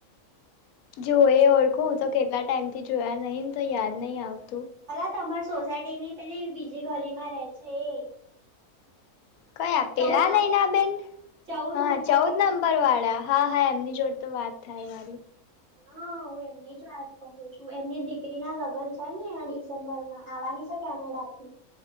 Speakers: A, on the left; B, on the right.
A: જો એ ઓળખું તો કેટલા ટાઈમ થી જોયા નહીિને તો યાદ નહીિ આવ
B: ભલા તમાર સોસાયટી ની પેલી બીજી ગલી માં રે છે એ
A: કયા પેલા
B: ચૌદ નં
A: નૈ ના બેેન
B: ચૌદ
A: હા
B: નંબર
A: ચૌદ
B: વાળા
A: નંબર વાળા હા હા એમની જોડ તો વાત થાય મારી
B: હા હું એમની જ વાત કરું છું એમની દીકરી ના લગ્ન છે ને આ ડિસેમ્બર માં આવવાની છે કેનેડા થી